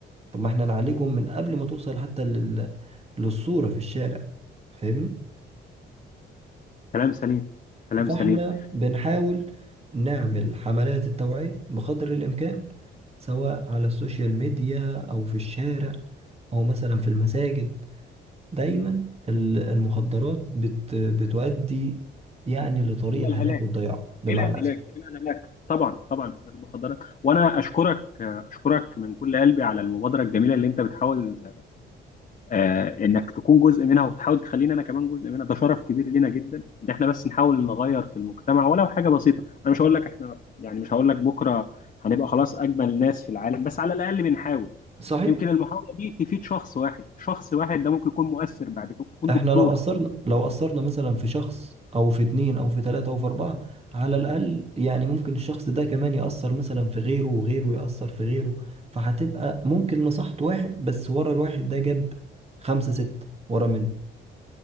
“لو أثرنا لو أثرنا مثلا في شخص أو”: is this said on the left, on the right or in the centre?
Right